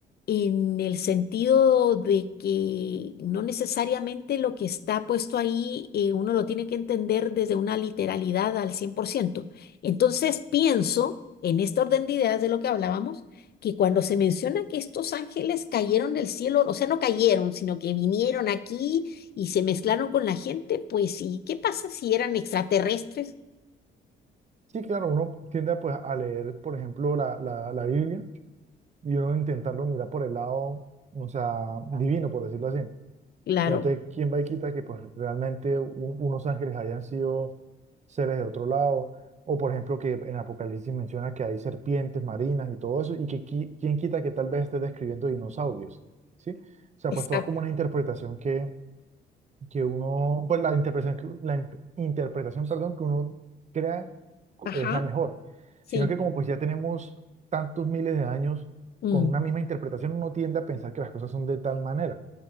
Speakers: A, on the left; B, on the right.
A: en el sentido de que no necesariamente lo que está puesto ahí eh, uno lo tiene que entender desde una literalidad al cien por ciento Entonces pienso, en este orden de ideas de lo que hablábamos, que cuando se menciona que estos ángeles cayeron del cielo, o sea, no cayeron, sino que vinieron aquí y se mezclaron con la gente, pues sí, ¿qué pasa si eran extraterrestres?
B: Sí, claro, uno tiende pues, a leer, por ejemplo, la, la, la Biblia y uno intentarlo mirar por el lado, o sea, divino, por decirlo así.
A: Claro,
B: Pero entonces, ¿quién va y quita que pues, realmente u- unos ángeles hayan sido seres de otro lado? O por ejemplo, que en Apocalipsis menciona que hay serpientes marinas y todo eso, y que qui- quién quita que tal vez esté describiendo dinosaurios, ¿sí? O sea,
A: exacto.
B: pues todo es como una interpretación que, que uno, pues la interpretación, que- la in- interpretación, perdón, que uno crea co-
A: ajá
B: es la mejor.
A: Sí,
B: Sino que como pues ya tenemos tantos miles de años
A: mm,
B: con una misma interpretación, uno tiende a pensar que las cosas son de tal manera,